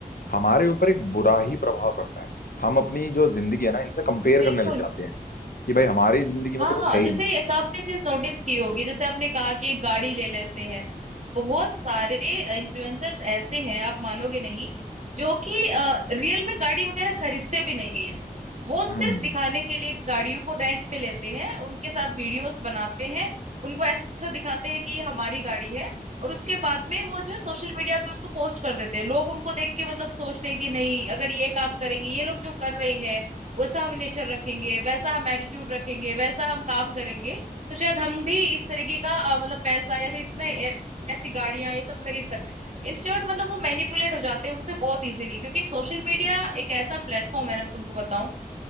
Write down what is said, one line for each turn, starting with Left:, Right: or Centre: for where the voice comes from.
Left: हमारे ऊपर एक बुरा ही प्रभाव पड़ता है हम अपनी जो जिंदगी है ना इनसे कंपेयर
Right: बिल्कुल।
Left: करने लग जाते हैं कि भाई हमारी जिंदगी में
Right: हाँ
Left: तो कुछ
Right: हाँ
Left: है
Right: जैसे
Left: ही नहीं
Right: एक आपने चीज नोटिस की होगी जैसे आपने कहा कि एक गाड़ी ले लेते हैं बहुत सारे इन्फ्लुएंसर्स ऐसे हैं आप मानोगे नहीं जो कि रियल में गाड़ी वगैरह खरीदते भी नहीं है वो सिर्फ
Left: हम्म
Right: दिखाने के लिए गाड़ियों को रेंट पे लेते हैं उनके साथ वीडियोस बनाते हैं उनको ऐसा दिखाते हैं कि ये हमारी गाड़ी है और उसके बाद में वो जो है सोशल मीडिया पे उसको पोस्ट कर देते हैं लोग उनको देख के मतलब सोचते हैं कि नहीं अगर ये काम करेंगे ये लोग जो कर रहे हैं वैसा हम नेचर रखेंगे वैसा हम एटीट्यूड रखेंगे वैसा हम काम करेंगे तो शायद हम भी इस तरीके का अ, मतलब पैसा या फिर इतने ऐसी गाड़ियां ये सब खरीद सकते हैं इंस्टेंट मतलब वो मैनिपुलेट हो जाते हैं उनसे बहुत इजीली क्योंकि सोशल मीडिया एक ऐसा प्लेटफॉर्म है ना मैं तुमको बताऊं